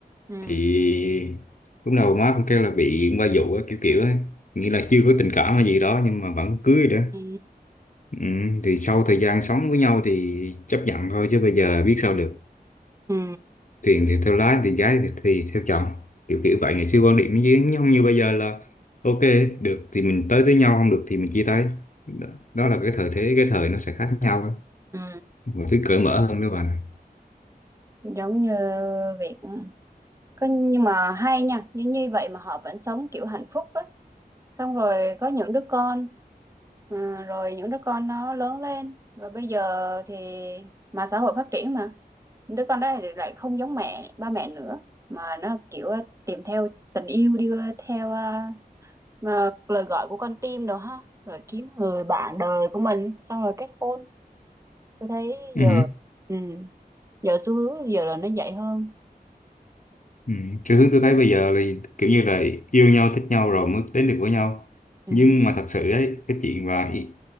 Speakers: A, on the right (about 20°); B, on the left (about 50°).
A: ừ.
B: thì lúc đầu má cũng kêu là bị ba dụ á, kiểu kiểu ấy nghĩa là chưa có tình cảm hay gì đó nhưng mà vẫn cưới đó
A: Ừ.
B: ừ, thì sau thời gian sống với nhau thì chấp nhận thôi chứ bây giờ biết sao được
A: Ừ.
B: tiền thì theo lái tiền gái thì, thì theo chồng kiểu kiểu vậy ngày xưa quan điểm với nhau như bây giờ là ok được thì mình tới với nhau không được thì mình chia tay đó, đó là cái thời thế cái thời nó sẽ khác nhau thôi
A: Ừ.
B: mọi thứ cởi mở hơn nữa bà
A: giống như việc ừ, Có, nhưng mà hay nha như như vậy mà họ vẫn sống kiểu hạnh phúc đấy xong rồi có những đứa con ừ, rồi những đứa con nó lớn lên và bây giờ thì mà xã hội phát triển mà đứa con đó thì lại không giống mẹ ba mẹ nữa mà nó kiểu tìm theo tình yêu đi theo à, mà lời gọi của con tim đồ ha rồi kiếm người bạn đời của mình xong rồi kết hôn tôi thấy
B: ừ.
A: giờ ừ, giờ xu hướng giờ là nó dạy hơn
B: Ừ. Cái hướng tôi thấy bây giờ là kiểu như là yêu nhau thích nhau rồi mới đến được với nhau
A: ừ
B: nhưng mà thật sự ấy cái chuyện mà i-